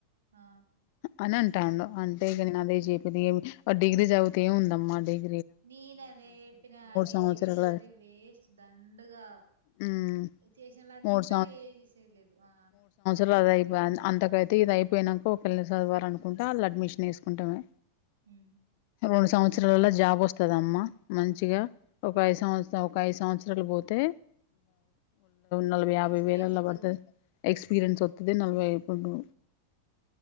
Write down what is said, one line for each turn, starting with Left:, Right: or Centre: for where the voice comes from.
Right: ఆ
Left: అని అంటే ఇనీ అదే చెప్పేది డిగ్రీ చదివితే ఏముందమ్మా డిగ్రీ
Right: నేన అదేప్పిన డిగ్రీజ
Left: సంవత్సరాల
Right: అది వేస్ట్ దండగా
Left: ఉమ్
Right: చేసిన వాళ్ళు అందర
Left: మూడు
Right: ఏ చేసేదిలేదు ఆ
Left: అ అదయి అంతకైతే ఇది అయిపోయినాక ఒక పళ్ళ చదవాలనుకుంటే వాళ్ళ అడ్మిషన్ వేసుకుంటామే
Right: హ
Left: రెండు సంవత్సరాలలో జాబ్ వస్తద అమ్మ మంచిగా ఒక ఐదు సంవత్సరం ఒక ఐదు సంవత్సరాలు పోతే నలభై యాభై
Right: ఎక్స్పీరియన్స్
Left: వేలలా
Right: వత్తది
Left: పడుతుది ఎక్స్పీరియన్స్ వస్తుంది నలభైడుఐదు